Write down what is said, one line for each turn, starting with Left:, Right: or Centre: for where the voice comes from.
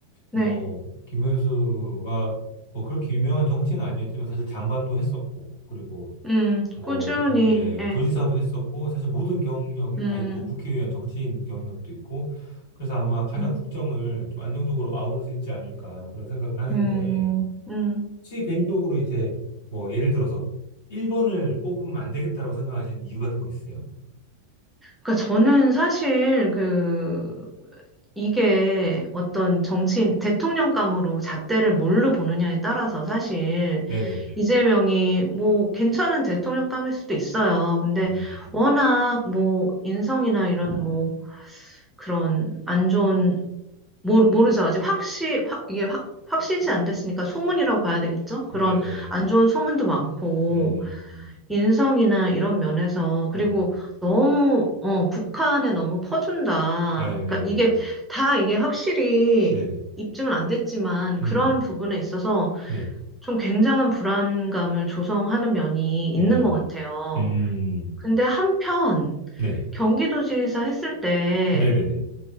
Left: 뭐,
Centre: 네.
Left: 김문수가 뭐 그렇게 유명한 정치는 아니었지만 사실 장관도 했었고, 그리고
Centre: 음,
Left: 뭐,
Centre: 꾸준히,
Left: 사- 예,
Centre: 예.
Left: 도지사도 했었고, 사실 모든 경력이
Centre: 음,
Left: 다 있고, 국회의원 정치인 경력도 있고, 그래서 아마 가장
Centre: 음,
Left: 국정을 좀 안정적으로 아우를 수 있지 않을까 그런 생각을 하는데,
Centre: 음. 음.
Left: 혹시 개인적으로 이제 뭐 예를 들어서 1번을 뽑으면 안 되겠다라고 생각하시는 이유 같은 거 있으세요?
Centre: 그러니까 저는 사실 그 이게 어떤 정치인, 대통령감으로 잣대를 뭘로 보느냐에 따라서 사실
Left: 네네네.
Centre: 이재명이 뭐 괜찮은 대통령감일 수도 있어요. 근데
Left: 음,
Centre: 워낙 뭐 인성이나 이런 뭐 그런 안 좋은, 모, 모르죠. 아직 확시, 확, 이게 확, 확신시 안 됐으니까 소문이라고 봐야 되겠죠? 그런
Left: 네네.
Centre: 안 좋은 소문도 많고,
Left: 음,
Centre: 인성이나 이런 면에서 그리고
Left: 음, 음.
Centre: 너무 어, 북한에 너무 퍼준다.
Left: 네네네네.
Centre: 그러니까 이게 다 이게 확실히
Left: 네네.
Centre: 입증은 안 됐지만
Left: 음,
Centre: 그런 부분에 있어서
Left: 네.
Centre: 좀 굉장한 불안감을 조성하는 면이 있는
Left: 음,
Centre: 것 같아요.
Left: 음,
Centre: 근데 한편
Left: 네.
Centre: 경기도지사 했을 때
Left: 네네네.